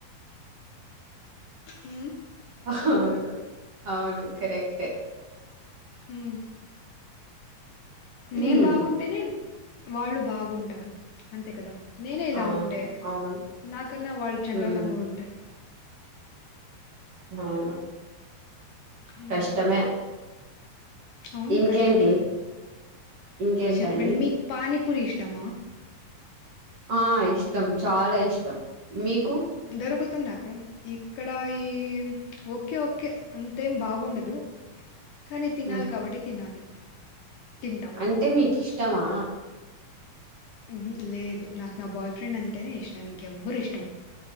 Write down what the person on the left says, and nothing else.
హు
హు
నేను బాగుంటేనే వాళ్ళు బాగుంటారు అంతే కదా నేనే ఇలా
ఉంటే
నాకన్నా వాళ్ళ చండాలంగా
ఉంటే
ఉమ్
అవును
కష్టమే
చెప్పండి మీకు పానీపూరి ఇష్ట మా
దొరుకుతుంది అక్కడ ఇక్కడ ఈ ఓకే ఓకే అంతేం బాగుండదు కానీ తినాలి
కాబట్టి తినాలి తింటాం
మ్మ్ హ్మ్ లేదు నాకు నా బాయ్ ఫ్రెండ్ అంటేనే ఇష్టం ఇంకెవ్వరు ఇష్